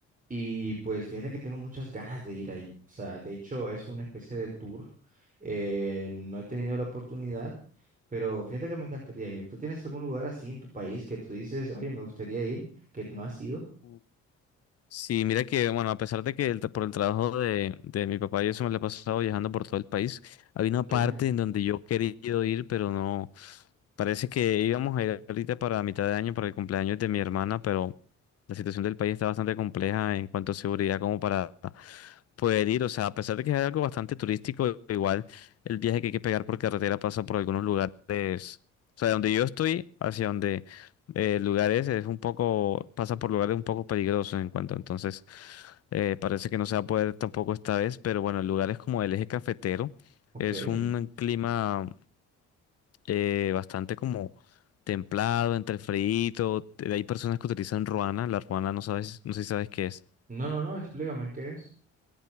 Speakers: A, on the right; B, on the left.
A: Y pues fíjate que tengo muchas ganas de ir ahí. O sea, de hecho, es una especie de tour. eh, no he tenido la oportunidad Pero fíjate que me encantaría ir. ¿Tú tienes algún lugar así en tu país que tú dices, oye, me gustaría ir, que no has ido?
B: no? Sí, mira que, bueno, a pesar de que el tra- por el trabajo de, de mi papá yo eso me lo he pasado viajando por todo el país, había una
A: Okay,
B: parte en donde yo he querido ir, pero no, parece que íbamos a ir ahorita para mitad de año, para el cumpleaños de mi hermana, pero la situación del país está bastante compleja en cuanto a seguridad como para poder ir, o sea, a pesar de que es algo bastante turístico, igual el viaje que hay que pegar por carretera pasa por algunos lugares, o sea, de donde yo estoy hacia donde eh, lugares es un poco, pasa por lugares un poco peligrosos en cuanto, entonces eh, parece que no se va a poder tampoco esta vez, pero bueno, lugares como el eje cafetero
A: okay.
B: es un clima eh, bastante como templado, entre frío, hay personas que utilizan ruana, la ruana no sabes, no sé si sabes qué es.
A: No, no, no, explícame qué es.